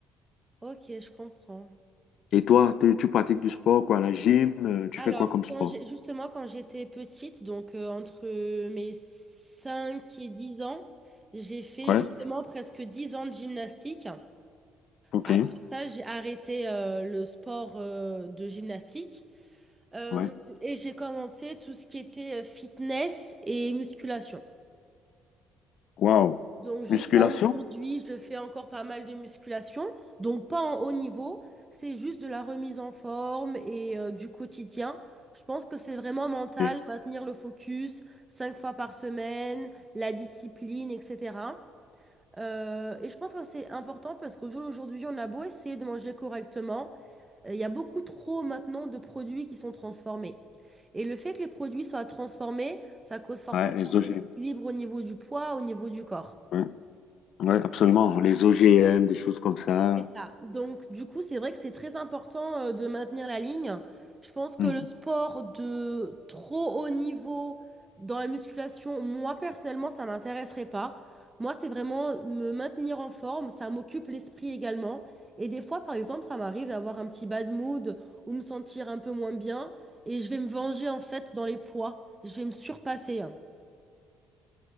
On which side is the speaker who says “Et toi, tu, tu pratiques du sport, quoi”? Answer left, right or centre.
Left